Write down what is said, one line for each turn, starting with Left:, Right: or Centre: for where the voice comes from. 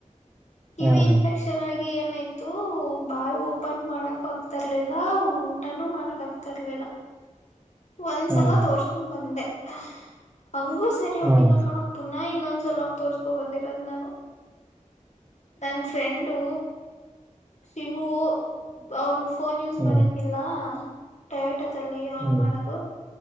Left: ಕಿವಿ
Right: ಹ್ಮ್
Left: ಇನ್ಫೆಕ್ಷನ್ ಆಗಿ ಏನೈ ತು ಬಾಯಿ ಓಪನ್ ಮಾಡಕೂ ಆಗ್ತಿರ್ಲಿಲ್ಲ ಊಟನೂ ಮಾಡಕ್ ಆಗ್ತಿರ್ಲಿಲ್ಲ ಒಂದ್ಸಲ
Right: ಹ್ಮ್
Left: ತೋರ್ಸ್ಕೊಂಡ್ ಬಂದೆ ಆ <unintelligible> ಹಂಗೂ ಸರಿ
Right: ಹ್ಮ್
Left: ಹೋಗಿಲ್ಲ ಕಾಣೋ ಪುನಃ ಇನ್ನೊಂದ್ ಸಲಾಗಿ ತೋರ್ಕೊ ಬಂದಿರೋದ್ ನಾನು ನನ್ ಫ್ರೆಂಡು ಶಿವು ಅವನ್ ಫೋನ್ ಯೂಸ್
Right: ಹ್ಮ್
Left: ಮಾಡೋಂಗಿಲ್ಲ ಟೈಟೊ <unintelligible> ಲ್ಲಿ ಅವನ್
Right: ಹ್ಮ್
Left: ಮಾಡೋದು